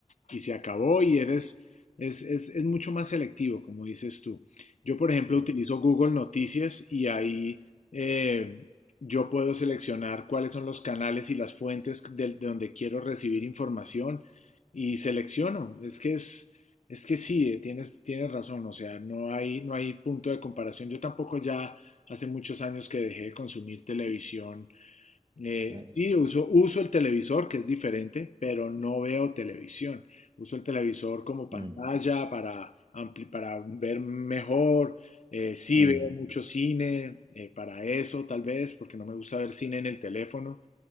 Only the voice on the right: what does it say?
Sí,
sí.
Mm,
mm,